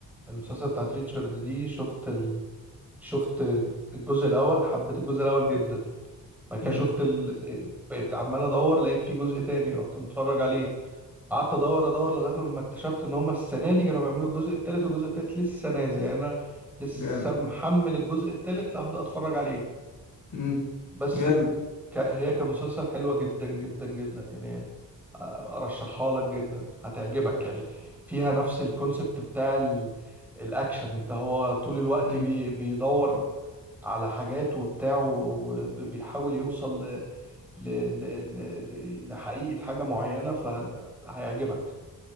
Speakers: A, in the centre; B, on the left.
A: المسلسل بتاعت ريتشارد دي شفت ال... شفت الجزء الاول حبيت الجزء الاول جدا بعد كده
B: امم
A: شفت ال... بقيت عمال ادور لقيت في جزء تاني رحت متفرج عليه قعدت ادور ادور لغايه لما اكتشفت ان هما السنه دي كانوا بيعملوا الجزء التالت والجزء التالت لسه نازل يعني انا لسه
B: جامد
A: محمل الجزء التالت اللي هبدا اتفرج عليه
B: امم
A: بس
B: جامد
A: ك... هي كمسلسل حلوه جدا جدا جدا يعني آه، ارشحها لك جدا هتعجبك يعني فيها نفس الكونسبت بتاع ال... الاكشن انت هو طول الوقت
B: امم
A: بي... بيدور على حاجات وبتاع وبيحاول يوصل ل... ل... ل... لحقيقة حاجة معينة فهيعجبك